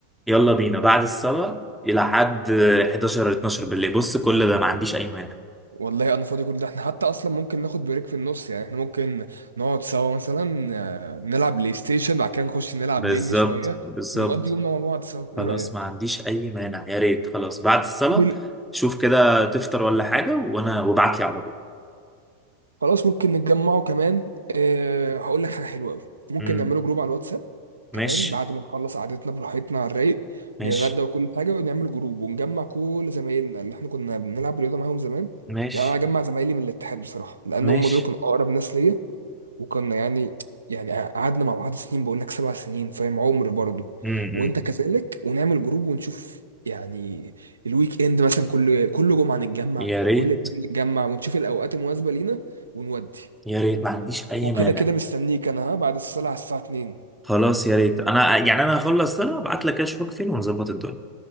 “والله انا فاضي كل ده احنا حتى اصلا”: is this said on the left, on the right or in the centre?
Right